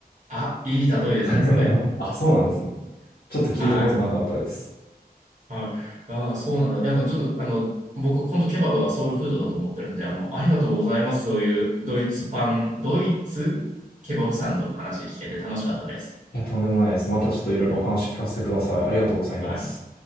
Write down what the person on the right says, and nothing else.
あ、いい例えですね、
それ。
はい。はい。ああ、そうなんだ。いや、あの、ちょっと、あの、僕、本当ケバブはソウルフードだと思ってるんで、あの、ありがとうございます。そういうドイツパン、ドイツケバブサンドの話聞けて楽しかったです。
はい。